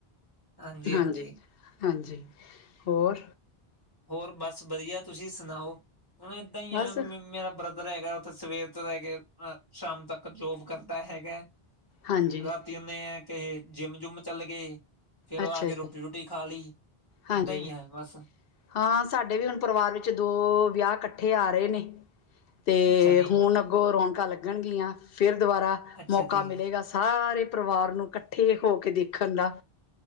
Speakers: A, on the left (about 20°); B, on the left (about 65°).
A: ਹਾਂਜੀ
B: ਹਾਂਜੀ-ਹਾਂਜੀ।
A: ਹਾਂਜੀ
B: ਹੋਰ?
A: ਹੋਰ ਬਸ ਵਧੀਆ ਤੁਸੀਂ ਸੁਣਾਓ। ਹੁਣ ਏਦਾਂ ਹੀ ਆ
B: ਬਸ
A: ਮੇਰਾ ਬ੍ਰਿ ਬ੍ਰਦਰ ਹੈਗਾ, ਉੱਥੇ ਸਵੇਰ ਤੋਂ ਰਹਿ ਕੇ ਅ ਸ਼ਾਮ ਤੱਕ ਜੋਬ ਕਰਦਾ ਹੈਗਾ।
B: ਹਾਂਜੀ
A: ਰਾਤ ਤੇ ਆ ਕੇ ਜਿੰਮ-ਜੁਮ ਚੱਲ ਗਏ। ਫੇਰ, ਉ
B: ਅੱਛਾ
A: ਆਕੇ ਰੋਟੀ-ਰੂਟੀ
B: ਜੀ
A: ਖਾ ਲਈ,
B: ਹਾਂਜੀ
A: ਏਦਾਂ ਹੀ ਹੈ ਬਸ।
B: ਹਾਂ, ਸਾਡੇ ਵੀ ਹੁਣ ਪਰਿਵਾਰ ਵਿੱਚ ਦੋ ਵਿਆਹ ਇਕੱਠੇ ਆ ਰਹੇ ਨੇ। ਤੇ
A: ਅੱਛਾ ਜੀ
B: ਹੁਣ ਅੱਗੋਂ ਰੌਣਕਾਂ ਲੱਗਣਗੀਆਂ ਫਿਰ ਦੁਬਾਰਾ।
A: ਅੱਛਾ
B: ਮੌਕਾ
A: ਜੀ
B: ਮਿਲੇਗਾ ਸਾਰੇ ਪਰਿਵਾਰ ਨੂੰ ਇਕੱਠੇ ਹੋ ਕੇ ਦੇਖਣ ਦਾ।